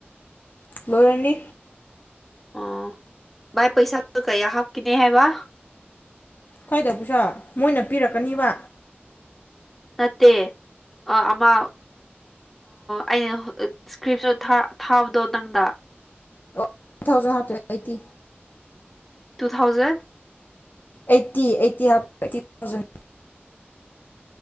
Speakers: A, on the left; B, in the centre.
A: ꯂꯣꯏꯔꯅꯤ
B: ꯑꯣ ꯚꯥꯏ ꯄꯩꯁꯥ ꯀꯩ ꯍꯕ ꯀꯅꯦ ꯍꯥꯏꯕ
A: ꯈꯣꯏꯗꯄꯁꯨ ꯃꯣꯏꯅ ꯄꯤꯔꯛꯀꯅꯤꯕ
B: ꯅꯠꯇꯦ ꯑꯃ ꯑꯩꯅ ꯏꯁꯀ꯭ꯔꯤꯞꯁꯨ ꯊꯥꯕꯗꯣ ꯅꯪꯗ
A: ꯇꯨ ꯊꯥꯎꯖꯟ ꯍꯥꯞꯄꯤꯔꯦ eighty
B: two thousand
A: eighty eighty eighty thousand